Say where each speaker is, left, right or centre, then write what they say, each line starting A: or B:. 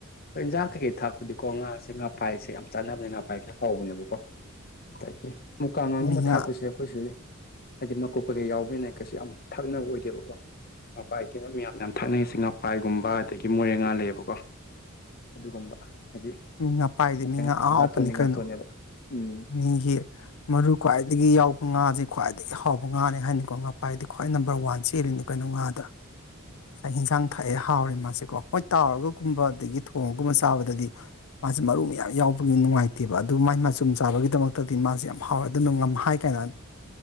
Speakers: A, on the left; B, on the left.
A: ꯍꯣꯏ ꯏꯟꯖꯥꯡ ꯀꯩꯀꯩ ꯊꯥꯛꯄꯗꯤꯀꯣ ꯉꯥꯁꯦ ꯉꯥꯐꯥꯏꯁꯦ ꯌꯥꯝ ꯆꯥꯟꯅꯕꯅꯦ ꯉꯥꯐꯥꯏꯁꯦ ꯍꯥꯎꯕꯅꯦꯕꯀꯣ ꯑꯗꯒꯤ ꯃꯨꯀꯥꯒꯥꯡꯒꯨꯝꯕ
B: ꯃꯤꯉꯥ
A: ꯊꯥꯛꯄꯁꯤꯗ ꯑꯩꯈꯣꯏ ꯁꯤꯗꯤ ꯍꯥꯏꯗꯤ ꯃꯀꯨꯞ ꯀꯩꯀꯩ ꯌꯥꯎꯕꯅ ꯀꯩꯁꯨ ꯌꯥꯝ ꯊꯛꯅꯕ ꯑꯣꯏꯗꯦꯕꯀꯣ ꯃꯄꯥꯁꯦ ꯃꯌꯥꯝꯅ ꯌꯥꯝ ꯊꯥꯅꯩꯁꯤ ꯉꯥ ꯎꯐꯥꯏꯒꯨꯝꯕ ꯑꯗꯒꯤ ꯃꯣꯔꯦ ꯉꯥ ꯂꯩꯌꯦꯕꯀꯣ ꯑꯗꯨꯒꯨꯝꯕ ꯍꯥꯏꯗꯤ
B: ꯃꯤꯄꯥꯏꯗꯤ
A: ꯃꯣꯔꯦ
B: ꯃꯤ
A: ꯉꯥꯁꯦ
B: ꯉꯥ ꯑꯍꯥꯎꯄꯅꯤ
A: ꯉꯥꯇꯣꯟꯅꯤ ꯉꯥꯇꯣꯟꯅꯦꯕ
B: ꯀꯩꯅꯣ
A: ꯎꯝ
B: ꯃꯤꯒꯤ ꯃꯔꯨ ꯈ꯭ꯋꯥꯏꯗꯒꯤ ꯌꯥꯎꯕ ꯉꯥꯁꯦ ꯈ꯭ꯋꯥꯏꯗꯒꯤ ꯍꯥꯎꯕ ꯉꯥꯅꯦ ꯍꯥꯏꯅꯤꯀꯣ ꯉꯥ ꯄꯥꯏꯗꯤ ꯈ꯭ꯋꯥꯏ ꯅꯝꯕꯔ ꯋꯥꯟ ꯆꯦꯜꯂꯤꯅ ꯀꯩꯅꯣ ꯉꯥꯗ ꯉꯁꯥꯏ ꯏꯟꯁꯥꯡ ꯊꯛꯑꯦ ꯍꯥꯎꯔꯦ ꯃꯥꯁꯦꯀꯣ ꯍꯣꯏ ꯇꯥꯎꯔꯒꯒꯨꯝꯕ ꯑꯗꯒꯤ ꯊꯣꯡꯉꯒꯨꯝꯕ ꯆꯥꯕꯗꯗꯤ ꯃꯥꯁꯦ ꯃꯔꯨ ꯃꯌꯥꯝ ꯌꯥꯎꯕꯒꯤ ꯅꯨꯡꯉꯥꯏꯇꯦꯕ ꯑꯗꯨ ꯃꯥꯏ ꯃꯆꯨꯝ ꯆꯥꯕꯒꯤꯗꯃꯛꯇꯗꯤ ꯃꯥꯁꯦ ꯌꯥꯝ ꯍꯥꯎꯋꯦ ꯑꯗꯨꯅ ꯉ ꯍꯥꯏ ꯀꯥꯏ ꯌꯥ